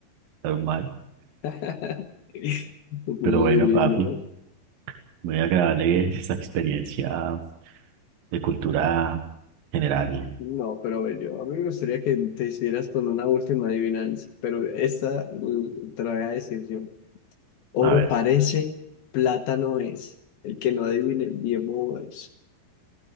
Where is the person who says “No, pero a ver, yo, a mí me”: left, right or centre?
Left